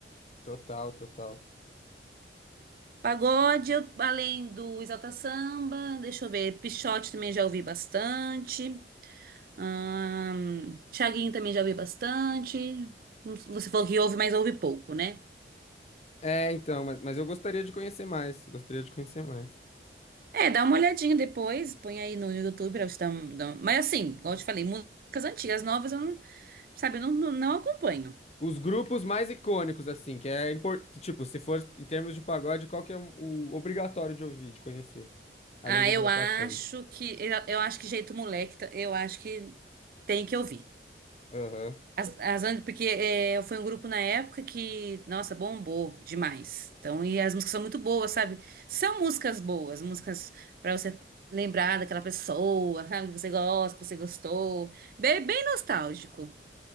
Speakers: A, on the left (about 35°); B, on the right (about 50°).
A: Total, total.
B: Pagode, eu- além do Exalta Samba, deixa eu ver, Pixote também já ouvi bastante. Ahn, Thiaguinho também já ouvi bastante. Hum, Você falou que ouve, mas ouve pouco, né?
A: É, então, mas, mas eu gostaria de conhecer mais. Gostaria de conhecer mais.
B: É, dá uma olhadinha depois, põe aí no YouTube pra você dar, um- dar um- Mas assim, como eu te falei, músicas antigas, novas, eu não, sabe, eu não, não, não acompanho.
A: Os grupos mais icônicos, assim, que é importante. Tipo, se for em termos de pagode, qual que é o obrigatório de ouvir, de conhecer? Além
B: Ah,
A: de
B: eu
A: Exalta
B: acho
A: Samba.
B: que, eu, eu acho que Jeito Moleque, tá- eu acho que tem que ouvir.
A: Aham.
B: As, as, and- porque é, foi um grupo na época que, nossa, bombou demais. Então, e as músicas são muito boas, sabe? São músicas boas, músicas pra você lembrar daquela pessoa, sabe? Que você gosta, que você gostou. Bem, bem nostálgico.